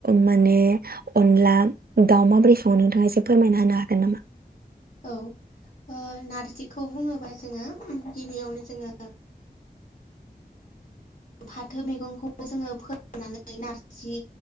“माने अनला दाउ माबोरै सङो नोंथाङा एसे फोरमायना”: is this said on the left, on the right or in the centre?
Right